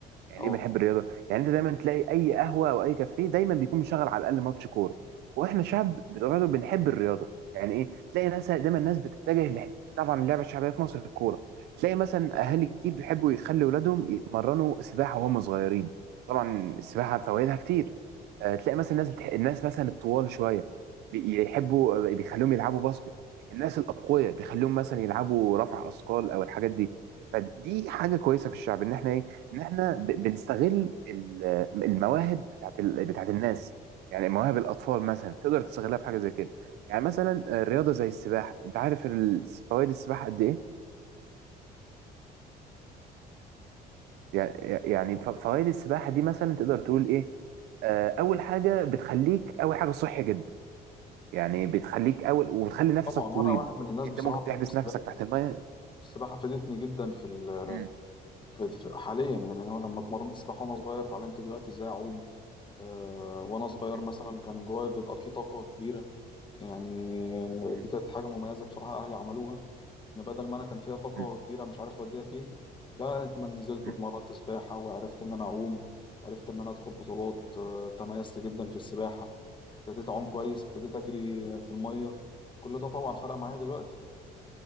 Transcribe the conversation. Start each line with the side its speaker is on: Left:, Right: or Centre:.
Right: يعني
Left: اه
Right: ايه بنحب الرياضه يعني انت دايما تلاقي اي قهوه او اي كافيه دايما بيكون مشغل على الاقل ماتش كوره واحنا شعب بطبيعته بنحب الرياضه يعني ايه تلاقي ناس دايما الناس بتتجه لح- طبعا اللعبه الشعبيه في مصر الكوره تلاقي مثلا اهالي كتير بيحبوا يخلي ولادهم يتمرنوا سباحه وهم صغيرين طبعا السباحه فوائدها كتير آه، تلاقي مثلا الناس بتح... الناس مثلا الطوال شويه بيحبوا بيخليهم يلعبوا باسكت الناس الاقوياء بيخليهم مثلا يلعبوا رفع اثقال او الحاجات دي فدي حاجه كويسه في الشعب ان احنا ايه ان احنا ب- بنستغل ال- المواهب بتاعت ال- بتاعت الناس يعني مواهب الاطفال مثلا تقدر تستغلها في حاجه زي كده يعني مثلا آه، رياضه زي السباحه انت عارف ال- فوائد السباحه قد ايه يعني يعني ف- فوائد السباحه دي مثلا تقدر تقول ايه آه، اول حاجه بتخليك اول حاجه صحي جدا يعني بتخليك اول وبتخلي نفسك
Left: طبعا
Right: طويل
Left: وانا واحد من الناس
Right: انت
Left: بصراحه
Right: ممكن تحبس
Left: بحب السباحه
Right: نفسك تحت
Left: أنا
Right: الميه
Left: السباحه فادتني جدا في ال
Right: مم،
Left: في في- حاليا يعني انا لما اتمرنت سباحه وانا صغير اتعلمت دلوقتي ازاي اعوم أه وانا صغير
Right: مم،
Left: مثلا كان جوايا بيبقى فيه طاقه كبيره يعني آه،
Right: مم،
Left: دي كانت حاجه مميزه بصراحه اهلي عملوها ان بدل ما انا كان فيها طاقه
Right: مم،
Left: كبيره مش عارف اوديها فين لا اتمنى نزلت
Right: مم،
Left: واتمرنت سباحه وعرفت ان انا اعوم عرفت ان انا ادخل بطولات آه، تميزت جدا في السباحه ابتديت اعوم كويس ابتديت اجري آه، في الميه كل ده طبعا فرق معايا
Right: مم.
Left: دلوقتي